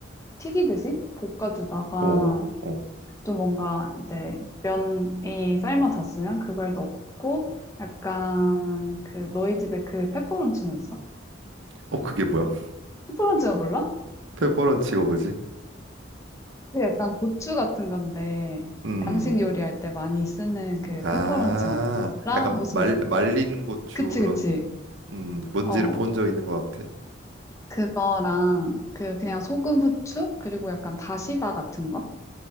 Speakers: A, on the left; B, on the right.
A: 튀기듯이 볶아주다가
B: 어, 어,
A: 또 뭔가 이제 면이 삶아졌으면 그걸 넣고 약간 그 너희 집에 그 페퍼론치노 있어?
B: 어, 그게 뭐야? <laughs>
A: 페퍼론치노 몰라?
B: 페퍼런치가 뭐지?
A: 그 약간 고추 같은 건데
B: 음
A: 양식 요리할 때 많이 쓰는 그
B: 아,
A: 페퍼론치노랑
B: 약간
A: 무슨
B: 말, 말린 고추
A: 그치
B: 그런,
A: 그치
B: 음, 뭔지를
A: 어
B: 본 적 있는 것 같아.
A: 그거랑 그 그냥 소금 후추 그리고 약간 다시다 같은 거